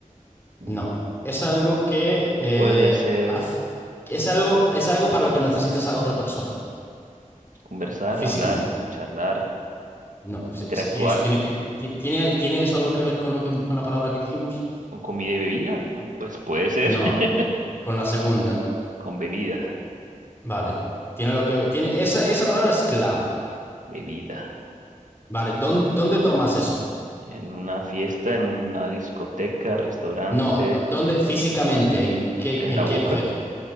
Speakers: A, on the right; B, on the left.
A: Mm,
B: no. Es algo que eh,
A: Puedes hacer
B: haz- es algo, es algo para lo que necesitas a otra persona,
A: conversar,
B: físicamente.
A: hablar, charlar,
B: No, sí,
A: interactuar
B: sí, y eso tiene que, ti- tiene, ¿tiene eso algo que ver con lo que, con la palabra que dijimos?
A: con comida y bebida. mm, Pues puede ser
B: No,
A: <laughs>
B: con la segunda.
A: con bebida,
B: Vale. Tiene algo que tiene, esa, esa palabra es clave.
A: bebida.
B: Vale, ¿dónde, dónde tomas eso?
A: En una fiesta, en una discoteca, restaurante,
B: No, dó- ¿dónde físicamente? ¿En qué,
A: en
B: en
A: la boca,
B: qué objeto?